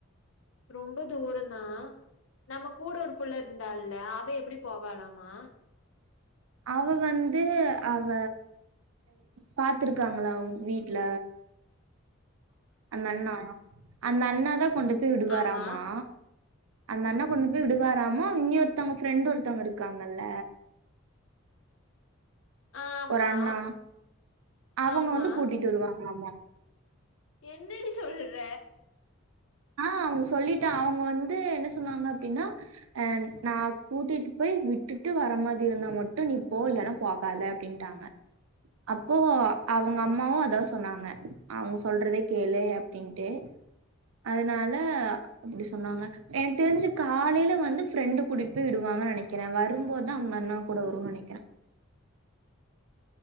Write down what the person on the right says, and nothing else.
அவ வந்து அவ பாத்துருக்காங்களா அவுங்க வீட்ல அந்த அண்ணா அவுங்க அந்த அண்ணா தா கொண்டு போய் விடுவாராமா
அந்த அண்ணா கொண்டு போய் விடுவாராமா இங்க ஒருத்தவங்க ஃப்ரெண்ட் ஒருத்தவங்க இருக்காங்கல்ல
ஒரு அண்ணா அவுங்க
வந்து கூட்டிட்டு வருவாங்கலாமா
ஆ அவுங்க சொல்லிட்டா அவுங்க வந்து என்ன சொன்னாங்க அப்டின்னா அ நா கூட்டிட்டு போய் விட்டுட்டு வர மாரி இருந்தா மட்டு நீ போக இல்லனா போகாத அப்டின்ட்டாங்க அப்போ அவுங்க அம்மாவு அதா சொன்னாங்க அவுங்க சொல்றதே கேளு அப்டின்ட்டு அதுனால அப்டி சொன்னாங்க எனக்கு தெரிஞ்சு காலைல வந்து ஃப்ரெண்டு கூட்டிட்டு போய் விடுவாங்கன்னு நெனைக்கிறே வரும்போதா அந்த அண்ணா கூட வரும்னு நெனைக்கிறே